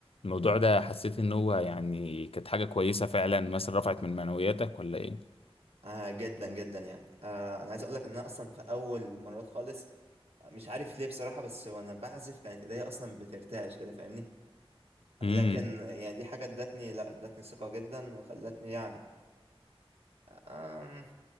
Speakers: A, on the left; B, on the right.
A: الموضوع ده حسيت ان هو يعني كانت حاجة كويسة فعلا مثلا رفعت من معنوياتك ولا ايه؟
B: آه جدا جدا يعني آه انا عايز اقول لك ان انا اصلا في اول مرات خالص مش عارف ليه بصراحه بس وانا بعزف كانت ايديا اصلا بترتعش كده فاهمني
A: امم
B: لكن يعني دي حاجه ادتني لا ادتني ثقه جدا وخلتني يعني آم،